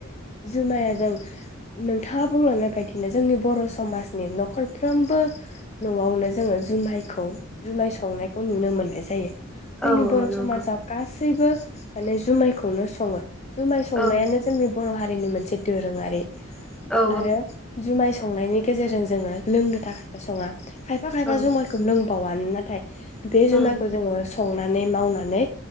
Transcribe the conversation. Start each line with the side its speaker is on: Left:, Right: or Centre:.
Left: जुमायजों नोंथाङा बुंलांनाय बायदिनो जोंनि बर' समाजनि न'खरफ्रोमबो न'आवनो जोङो जुमायखौ जुमाय संनायखौ नुनो मोननाय जायो। जोंनि
Centre: औ
Left: बर'
Centre: औ नंगौ
Left: समाजाव गा सैबो माने जुमायखौनो सङो जुमाय संनायानो
Centre: औ
Left: जोंनि बर' हारिनि मोनसे दोरोङारि आरो
Centre: औ
Left: जुमाय संनायनि गेजेरजों जोङो लोंनो थाखायबो सङा खायफा खायफा
Centre: औ
Left: जुमायखौ लों बावा नाथाय बे जमायखौ
Centre: उम
Left: जोङो स संनानै मावनानै